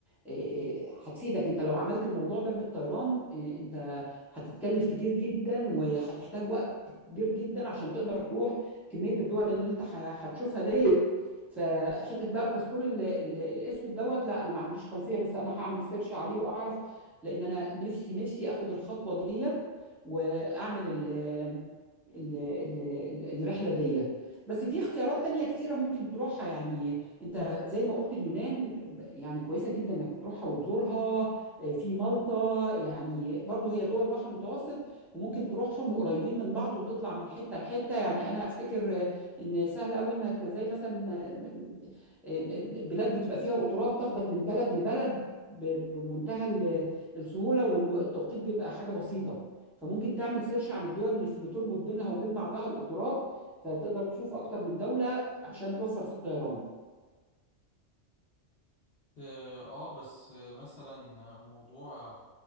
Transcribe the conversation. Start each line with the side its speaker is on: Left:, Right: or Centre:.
Centre: آه، آه، هتفيدك انت لو عملت الموضوع ده بالطيران آه، انت هتتكلف كتير جدا وهتحتاج وقت كبير جدا عشان تقدر تروح كمية الدول اللي انت ه- هتشوفها ديت فحتة بقى الباسبور ال- ال- الاسود دوت لا انا ما عنديش خلفية بس انا هعمل سيرش عليه واعرف لان انا نفسي نفسي اخد الخطوة ديت واعمل ال ال ال ال- الرحلة دي بس في اختيارات تانية كتيرة ممكن تروحها يعني انت زي ما قلت اليونان ب- يعني كويسه جدا انك تروحها وتزورها آه، في مالطا يعني برضو هي دول البحر المتوسط وممكن تروحهم وقريبين من بعض وتطلع من حته لحته يعني انا افتكر آه، ان سهل قوي انك زي مثلا آه، م- آه، بلاد بتبقى فيها قطارات تاخدك من بلد لبلد ب- بمنتهى ال- السهوله والتوقيت بيبقى حاجه بسيطه فممكن تعمل سيرش عن الدول اللي بتربط بينها وبين بعضها القطارات فتقدر تشوف اكتر من دولة عشان توفر في الطيران
Left: اه آه، بس آه، مثلا آه، موضوع